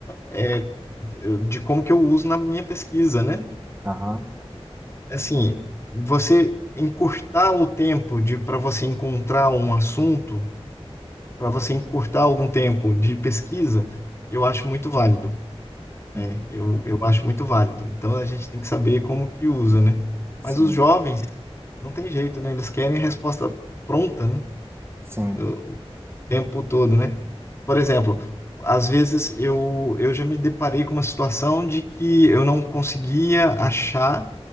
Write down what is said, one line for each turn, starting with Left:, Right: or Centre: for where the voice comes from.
Left: eh, de como que eu uso na minha pesquisa, né?
Right: aham,
Left: assim, você encurtar o tempo de para você encontrar um assunto, para você encurtar algum tempo de pesquisa, eu acho muito válido.
Right: uhum.
Left: né? Eu, eu acho muito válido. Então a gente tem que saber como que usa, né?
Right: Sim,
Left: Mas os jovens não tem jeito, né? Eles querem resposta pronta, né?
Right: sim,
Left: O tempo todo, né? Por exemplo, às vezes eu, eu já me deparei com uma situação de que eu não conseguia achar